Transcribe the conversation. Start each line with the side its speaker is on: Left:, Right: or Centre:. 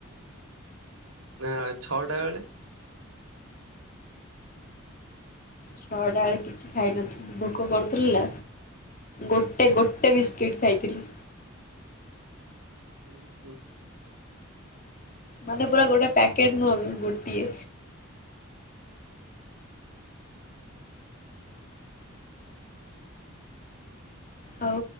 Right: ନା ଛଅଟା ବେଳେ।
Left: ଛ‌ଅଟା ବେଳେ କିଛି ଖାଇନଥିଲି ଭୋକ କରୁଥିଲା ଗୋଟେ ଗୋଟେ ବିସ୍କୁଟ ଖାଇଥିଲି।
Right: ହୁଁ ହୁଁ।
Left: ମାନେ ପୁରା ଗୋଟେ ପ୍ୟାକେଟ୍ ନୁହଁ ବି ଗୋଟିଏ। ହଉ।